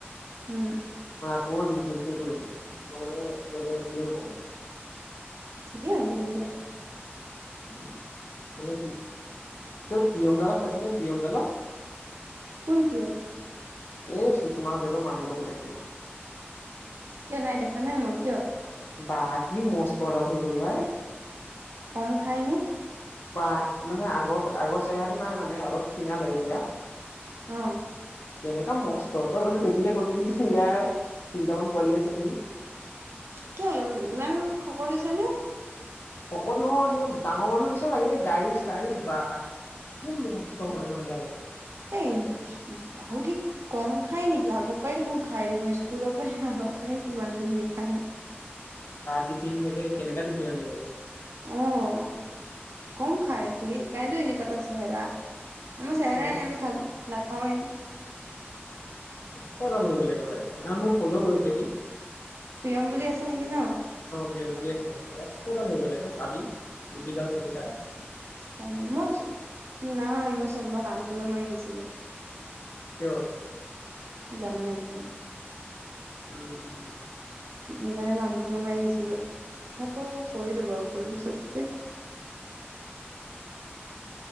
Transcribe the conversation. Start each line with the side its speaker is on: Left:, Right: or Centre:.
Right: উম।
Left: আকো বিজনেছে কৰিম মই মানে বেলেগ একোৱে নকওঁ।
Right: ঠিকে আছে তেন্তে
Left: উম। মানে কি ত প্ৰিয়ম দালক চ চাইছনে প্ৰিয়ম দালক।
Right: কোন প্ৰিয়ম।
Left: এই চুচনা হোটেলৰ মালিক পুতেক টো।
Right: কেনাই নাই দেখা নাই মই কিয়।
Left: বা কি মস্ত দাল হৈ গল ভাই।
Right: কম খায়নে।
Left: বা মানে আগৰ আগৰ চেহৰাটো নাই মানে অলপ খিণালে এতিয়া।
Right: অহ।
Left: কেনেকা মস্ত তই মানে দেখিলে কবি কি ইয়াৰ তিনটামান পোৱালি আছে নেকি?
Right: কি ইমান শকত হৈছে নে?
Left: শকত নহয় কিবা ডাঙৰ মানুহ নিচনা লাগিলে বে দাৰি চাৰি বা। কি মস্ত মানে মানুহ দাল।
Right: এই আহ কি কম খাই নেকি আগৰ পৰাই দেখোন খাই দেখোন স্কুলৰ পৰাই আহক। পায় কিমান খিনিয়ে খাই।
Left: টিফিনে কেনেকা টিফিন আনিব।
Right: আহ কম খায় সি সেই কাৰণে এনেকুৱা তাৰ চেহেৰা। আমাৰ চেহৰাই
Left: মস্ত
Right: নাই আমি খাল নাখাওঁৱে।
Left: ফল্লোৱ কৰিব লাগে ভাই সেইদিনা ফলোঁৱ কৰিছে মোক সি
Right: প্ৰিয়ম বুলি আছে নেকি ন
Left: প্ৰিয়মবুলি আছে ম অষ্টডাল হৈ লাগে এটা চাবি দিপীডাল থাকে তাৰ
Right: চ মই নাই মই চবক আনফল্লো মাৰি দিছিলো
Left: অ
Right: জনোৱে দেখোন
Left: উম উম
Right: সেইকাৰণে মই উনফল্লোৱ মাৰি দিছিলো আকো কৰি দিব ফল্লো কৰি দিব চবে
Left: <unintelligible> <unintelligible>